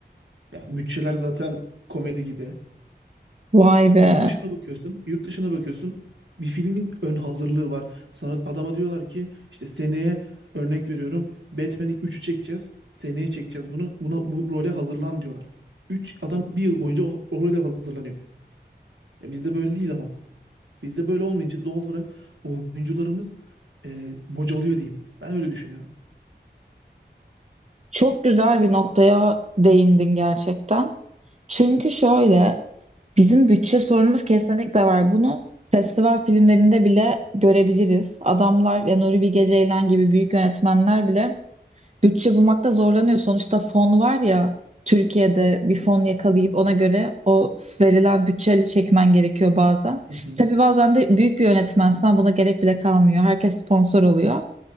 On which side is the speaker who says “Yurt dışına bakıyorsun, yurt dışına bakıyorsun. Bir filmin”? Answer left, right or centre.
Right